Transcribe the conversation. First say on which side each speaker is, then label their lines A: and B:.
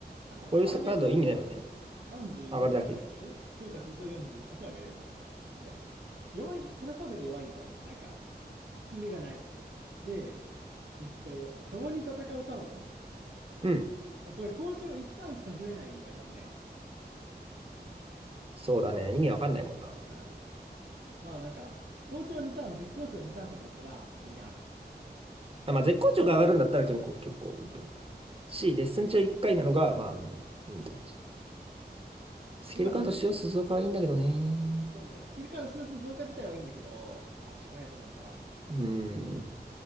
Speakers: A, on the right; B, on the right.
A: あの、
B: こういうカード意味ないもんね。
A: パラメーターが、34上がって、
B: 上がるだけ。
A: 強化すると48上がるようになる。いや、弱い、このカードが弱いんだよね。なんか、効き目がない。で、えっと、共に戦うタオル。
B: うん。
A: まあ、これ、好調1ターンしか増えないのが残念。
B: そうだね。意味わかんないもんな。
A: うん。まあ、なんか、好調2ターン、絶好調2ターンとかあったら、普通にある。
B: あまあ、絶好調が上がるんだったら結構、結構いいと思う。
A: うん。
B: し、レッスン中1回なのが、まあ、うん、うんって感じ。
A: そうだね。
B: スキルカード使用するぞかはいいんだけどね。
A: 今の、そうね、スキルカード使用数増加自体はいいんだけど、圧縮速くなるから。
B: うん、